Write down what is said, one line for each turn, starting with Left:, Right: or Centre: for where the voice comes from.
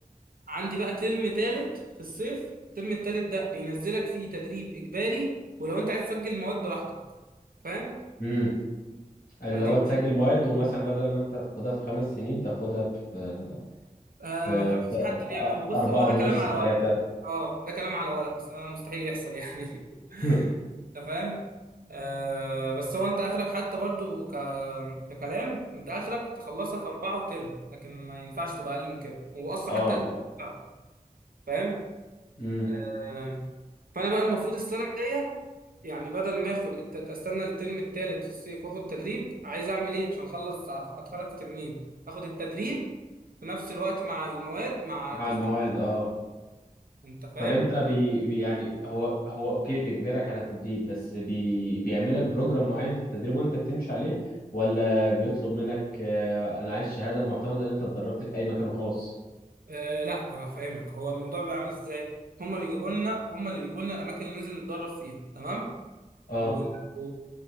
Right: عندي بقى ترم تالت في الصيف الترم التالت ده بينزلك فيه تدريب إجباري ولو أنت عايز تسجل مواد براحتك فاهم
Left: حلو اللي
Right: فدي
Left: هو تسجل مواد ومثلا بدل ما انت تاخدها في خمس سنين تاخدها في
Right: آه
Left: في
Right: ما فيش حد بيعمل هو بص
Left: أربعة
Right: هو ده
Left: ونص
Right: كلام على
Left: ثلاثة
Right: ورق اه ده كلام على ورق بس ده مستحيل يحصل يعني <laughs>
Left: <laughs>
Right: أنت فاهم آه بس هو أنت آخرك حتى برضو ك... ككلام أنت آخرك تخلصها في أربعة وترم لكن ما ينفعش تبقى أقل من كده وأصلا
Left: اه
Right: حتى
Left: اه
Right: آه، فاهم
Left: امم
Right: آم، فانا بقى المفروض السنه الجايه يعني بدل ما اخد التد... استنى الترم الثالث في الصيف واخد تدريب عايز اعمل ايه عشان اخلص أف- اتخرج في ترمين اخد التدريب في نفس الوقت مع المواد مع
Left: مع
Right: تسجيل
Left: المواد اه
Right: انت فاهم
Left: طب انت بي بي- يعني هو هو اوكي بيجبرك على تدريب بس بي بيعملك بروجرام معين في التدريب وانت بتمشي عليه ولا بيطلب منك آه، انا عايز شهادة معتمدة ان انت اتدربت في اي مكان وخلاص
Right: آه لا هفهمك هو الموضوع بيبقى عامل ازاي هما بيجيبوا لنا هما اللي بيجيبوا لنا الاماكن اللي ننزل نتدرب فيها تمام
Left: اه
Right: و... و...